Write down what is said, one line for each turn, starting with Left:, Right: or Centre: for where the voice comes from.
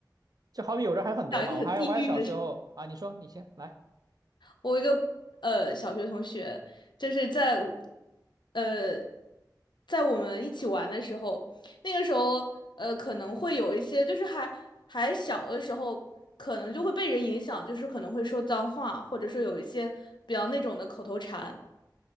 Right: 就好比有人还很多嘛，
Left: 讲一个很地狱的。
Right: 我还我还小时候啊，
Left: 事
Right: 你说你先来
Left: 我一个呃小学同学，就是在呃在我们一起玩的时候，那个时候呃可能会有一些，就是还还小的时候，可能就会被人影响，就是可能会说脏话，或者说有一些比较那种的口头禅。